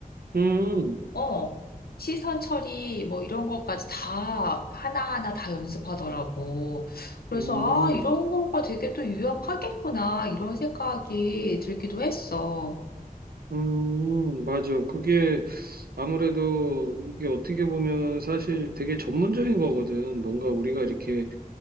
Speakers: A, on the right; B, on the left.
A: 음.
B: 어, 시선 처리, 뭐 이런 것까지 다 하나하나 다 연습하더라고. 그래서,
A: 음,
B: 아, 이런 거가 되게 또 유용하겠구나, 이런 생각이 들기도 했어.
A: 음, 맞아. 그게 아무래도 이게 어떻게 보면 사실 되게 전문적인 거거든. 뭔가 우리가 이렇게,